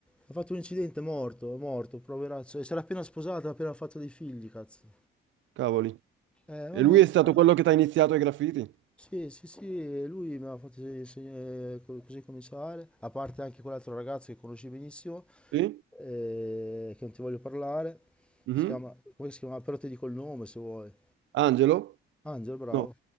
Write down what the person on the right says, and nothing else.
Cavoli.
E lui
è stato quello che ti ha iniziato ai graffiti?
Sì?
Mhm.
Angelo?
No.